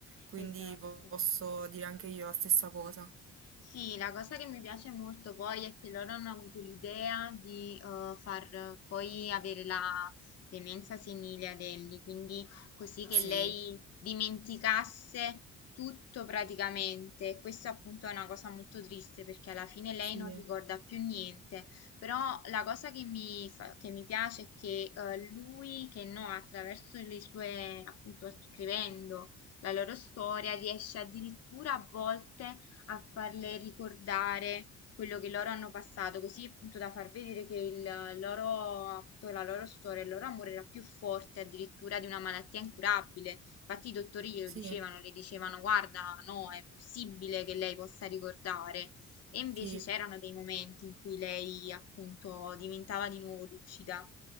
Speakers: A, on the right; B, on the left.
A: Quindi
B: esatto.
A: po- posso dire anche io la stessa cosa.
B: Sì, la cosa che mi piace molto poi è che loro hanno avuto l'idea di eh, far eh, poi avere la demenza senile ad Ellie, quindi così che
A: Sì,
B: lei dimenticasse tutto praticamente. E Questa appunto è una cosa molto triste perché alla fine lei
A: sì,
B: non ricorda più niente, però la cosa che mi, fa- che mi piace è che eh, lui, che no, attraverso le sue, appunto scrivendo la loro storia, riesce addirittura a volte a farle ricordare quello che loro hanno passato, così appunto da far vedere che il loro, appunto, la loro storia, il loro amore era più forte addirittura di una malattia incurabile. Infatti i dottori glielo
A: sì,
B: dicevano, le dicevano guarda, no, è impossibile che lei possa ricordare. E invece
A: sì.
B: c'erano dei momenti in cui lei appunto diventava di nuovo lucida.